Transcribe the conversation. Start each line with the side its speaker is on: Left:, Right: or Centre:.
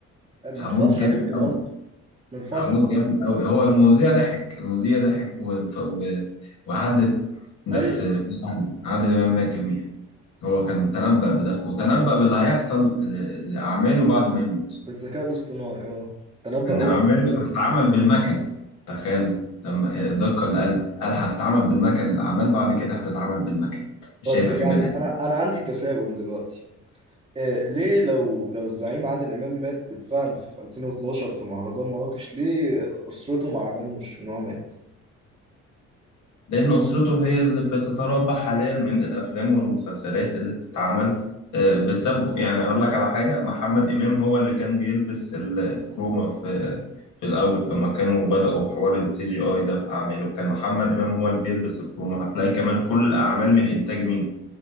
Right: من
Left: هموت
Right: الفرحة
Left: جامد
Right: يمكن قصدي من الفرحة
Left: عجوز جامد قوي هو المذيع ضحك المذيع ضحك و... ف... و... وعدت بس
Right: ايوه
Left: فعلا عادل امام مات يوميها هو كان تنبأ بده وتنبأ باللي هيحصل ل... لأعماله بعد ما يموت
Right: بالذكاء الاصطناعي اه تنبأ
Left: إن
Right: هو
Left: أعماله
Right: بالذكاء الاصطناعي
Left: هتتعمل بالمكن تخيل لما الدقة اللي قال قال هتتعمل بالمكن الأعمال بعد كده هتتعمل بالمكن
Right: طب
Left: مش هيبقى
Right: يعني
Left: في بني
Right: انا انا عندي تساؤل دلوقتي آه، ليه لو لو الزعيم عادل إمام مات بالفعل في 2012 في مهرجان مراكش ليه أسرته ما أعلنوش إن هو مات؟
Left: لأن أسرته هي اللي بتتربى حاليا من الأفلام والمسلسلات اللي بتتعمل آه، بسببه يعني أقول لك على حاجة محمد إمام هو اللي كان بيلبس ال- الكروما في في الأول لما كانوا بدأوا حوار السي جي آي ده في أعماله كان محمد إمام هو اللي بيلبس الكروما هتلاقي كمان كل الأعمال من إنتاج مين؟